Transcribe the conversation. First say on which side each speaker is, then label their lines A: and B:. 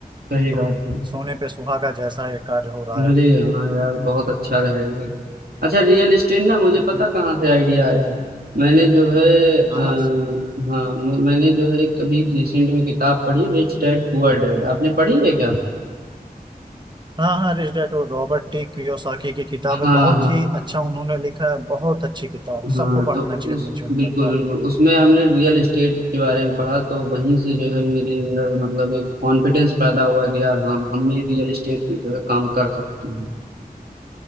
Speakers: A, on the right (about 80°); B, on the right (about 30°).
A: सही
B: तो
A: बात है
B: सोने पे सुहागा जैसा ये कार्य हो रहा
A: अरे
B: है
A: हाँ यार बहुत अच्छा रहेगा अच्छा रियल इस्टेट ना मुझे पता
B: तो
A: कहाँ से आइडिया आया मैंने जो है आ,
B: कहाँ
A: हाँ मु- मैंने जो है कभी रिसेंट में किताब पढ़ी रिच डैड पुअर डैड आपने पढ़ी है क्या
B: हाँ हाँ रिच डैड और रॉबर्ट टी कियोसाकी की किताब
A: हाँ
B: है बहुत
A: हाँ
B: ही अच्छा उन्होंने लिखा है बहुत अच्छी किताब है।
A: हाँ
B: सबको पढ़ना
A: तो
B: चाहिए
A: उस
B: अपने जीवन
A: बिल्कुल
B: में एक बार
A: बिल्कुल उसमें हमने रियल इस्टेट के बारे में पढ़ा तो वहीं से जो है मेरे अंदर मतलब एक कॉन्फिडेंस पैदा हुआ कि यार हाँ हम भी रियल इस्टेट में जो है काम कर सकते हैं